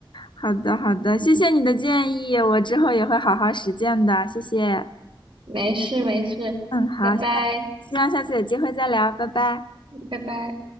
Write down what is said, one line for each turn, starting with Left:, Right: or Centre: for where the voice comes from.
Left: 好的好的，谢谢你的建议，我之后也会好好实践的，谢谢。
Right: 没事没事，
Left: 嗯，好，
Right: 拜拜
Left: 希望希望下次有机会再聊，拜拜。
Right: 拜拜。